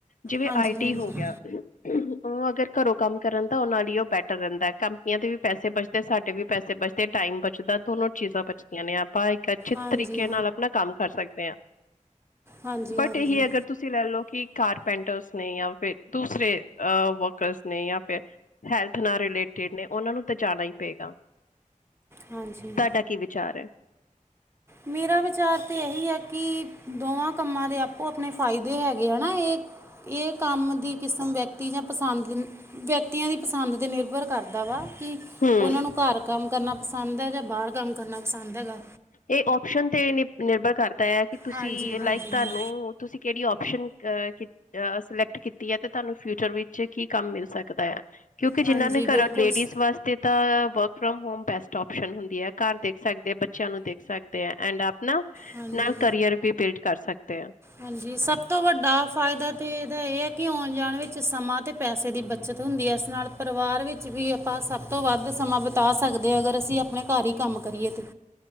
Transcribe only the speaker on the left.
ਜਿਵੇਂ
ਆਈਟੀ
ਹੋ ਗਿਆ ਓ ਅਗਰ ਘਰੋਂ ਕੰਮ ਕਰਨ ਤਾਂ ਓਨਾਂ ਲਈ ਓ ਬੈਟਰ ਰਹਿੰਦਾ ਕੰਪਨੀਆਂ ਦੇ ਵੀ ਪੈਸੇ ਬਚਦੇ ਤੇ ਸਾਡੇ ਵੀ ਪੈਸੇ ਬਚਦੇ, ਟਾਈਮ ਬਚਦਾ ਦੋਨੋ ਚੀਜ਼ਾਂ ਬਚਦੀਆਂ ਨੇ ਆਪਾਂ ਇੱਕ ਅੱਛੇ
ਤਰੀਕੇ ਨਾਲ ਆਪਣਾ ਕੰਮ ਕਰ ਸਕਦੇ ਆਂ,
ਬਟ
ਏਹੀ ਅਗਰ ਤੁਸੀ ਤੁਸੀਂ ਲੈ ਲਓ ਕਿ ਕਾਰਪੈਂਟਰਸ ਨੇ ਯਾਂ ਫੇਰ ਦੂਸਰੇ ਅ ਵਕਰਸ ਨੇ ਯਾਂ ਫੇਰ ਹੈਲਥ ਨਾਲ ਰਿਲੇਟਿਡ ਨੇ ਓਨਾਂ ਨੂੰ ਤੇ ਜਾਣਾ ਈ ਪਏਗਾ।
ਤਾਡਾ ਕੀ ਵਿਚਾਰ ਐ?
ਹਮ
ਏ ਓਪਸ਼ਨ ਤੇ ਨ ਨਿਰਭਰ ਕਰਦਾ ਆ, ਕਿ ਤੁਸੀਂ
ਲਾਈਕ ਤਾਨੂੰ ਤੁਸੀਂ ਕੇੜੀ ਓਪਸ਼ਨ ਅ ਅ ਸਿਲੈਕਟ ਕੀਤੀ ਏ ਤੇ ਤੁਆਨੂੰ ਫਿਊਚਰ ਵਿੱਚ ਕੀ ਕੰਮ ਮਿਲ ਸਕਦੈ। ਕਿਉਂਕਿ
ਜਿਨਾਂ ਨੇ
ਘਰ ਲੇਡੀਜ਼
ਵਾਸਤੇ ਤਾਂ work from home best option ਹੁੰਦੀ ਐ ਘਰ ਦੇਖ ਸਕਦੇ ਦੇ ਬੱਚੇਆਂ ਨੂੰ ਦੇਖ ਸਕਦੇ ਆ ਐਂਡ ਆਪਣਾ
ਨਾਲ ਕਰੀਅਰ ਵੀ ਬਿਲਡ ਕਰ ਸਕਦੇ ਆ।